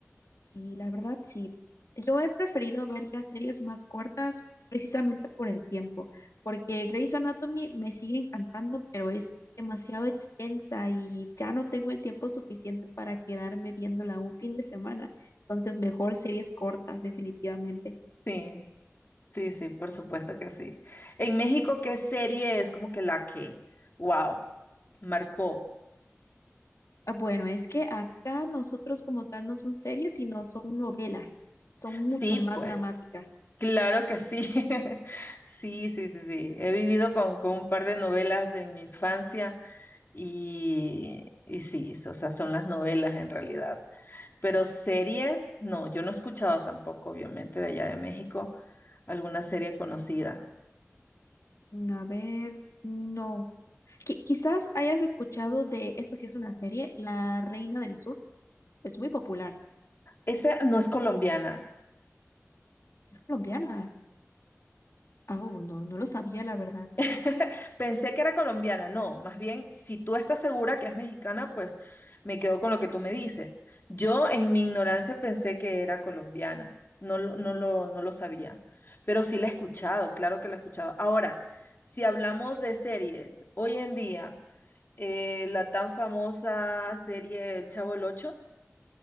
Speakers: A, on the left; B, on the left.
A: Y la verdad, sí. Yo he preferido ver ya series más cortas precisamente por el tiempo, porque Grey's Anatomy me sigue encantando, pero es demasiado extensa y ya no tengo el tiempo suficiente para quedarme viéndola un fin de semana. Entonces, mejor series cortas, definitivamente.
B: Sí, sí, sí, por supuesto que sí. En México, ¿qué serie es como que la que, wow, marcó?
A: Ah, Bueno, es que acá nosotros como tal no son series, sino son novelas. Son
B: Sí,
A: mucho más
B: pues,
A: dramáticas.
B: claro que sí. <laughs> Sí, sí, sí, sí. He vivido con, con un par de novelas en mi infancia y, y sí, o sea, son las novelas en realidad. Pero series, no, yo no he escuchado tampoco, obviamente, de allá de México, alguna serie conocida.
A: A ver, no. Qui- quizás hayas escuchado de, esta sí es una serie, La Reina del Sur. Es muy popular.
B: Esa no es colombiana.
A: Es colombiana. Ah, Oh, no, no lo sabía, la verdad.
B: <laughs> Pensé que era colombiana, no, más bien, si tú estás segura que es mexicana, pues me quedo con lo que tú me dices. Yo en mi ignorancia pensé que era colombiana, no, lo- no lo, no lo sabía, pero sí la he escuchado, claro que la he escuchado. Ahora, si hablamos de series, hoy en día, eh, la tan famosa serie El Chavo el Ocho.